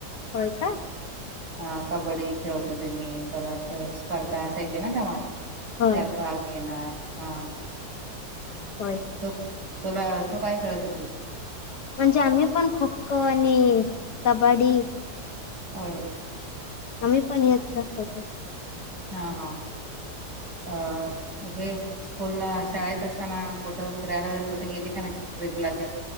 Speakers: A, on the left; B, on the right.
A: होय का?
B: हा कबड्डी खेळत होते मी. परत स्पर्धा असायच्या ना तेव्हा.
A: होय
B: त्यात भाग घेणार. हा.
A: होय.
B: तो, तुला, तु काय खेळत होती?
A: म्हणजे आम्ही पण खो खो आणि कबड्डी
B: होय.
A: आम्ही पण हेच खेळत होते.
B: हा हा अ हे स्कूल ला, शाळेत असताना कुठं फिरायला वगैरे कुठ गेली का नाय ट्रिपला ते?